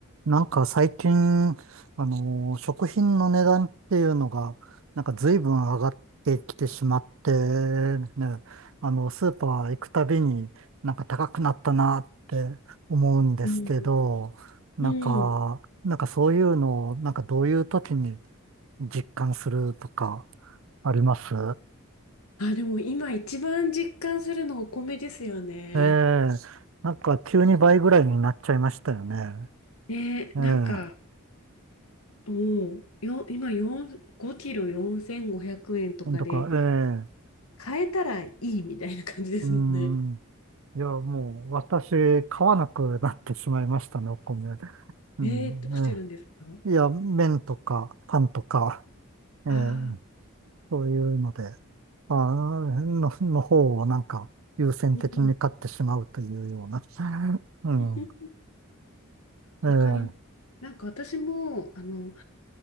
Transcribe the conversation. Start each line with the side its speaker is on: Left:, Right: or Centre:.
Right: なんか最近、あのー食品の値段っていうのが、なんか随分上がってきてしまって、ね、あの、スーパー行くたびになんか高くなったなって思うんですけど、
Left: うん。
Right: なんか、
Left: うん
Right: なんかそういうのを、なんかどういう時に実感するとかあります
Left: あ、でも今一番実感するのお米ですよね。
Right: ええなんか急に倍ぐらいになっちゃいましたよね。
Left: ね、
Right: ええ
Left: なんか、もう、よ、今4、5キロ4500円とかで、
Right: なんとか、ええ
Left: 買えたらいいみたいな感じですもんね。
Right: うーん。いや、もう私、買わなくなってしまいましたね、お米。うん、
Left: えー、どうしてるんですか
Right: ね。いや、麺とか、パンとか、えー
Left: ああ
Right: そういうので、まあーの、の方をなんか優先的に買ってしまうというような。
Left: ー、うん。
Right: <laughs> うん。
Left: <laughs>
Right: えー
Left: わかります。なんか私も、あの、